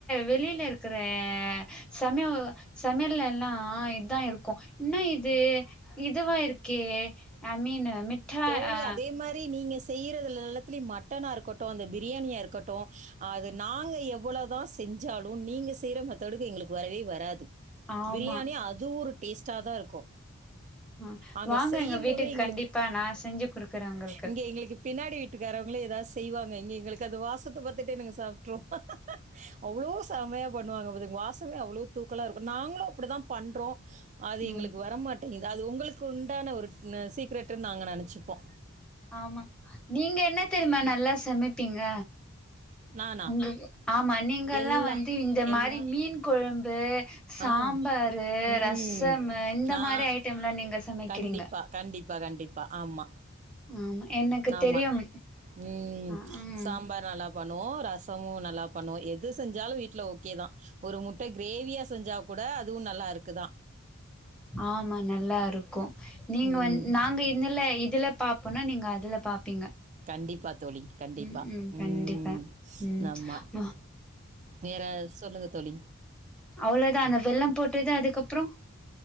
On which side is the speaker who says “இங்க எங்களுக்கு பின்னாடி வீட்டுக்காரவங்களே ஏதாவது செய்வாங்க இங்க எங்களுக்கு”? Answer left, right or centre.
Right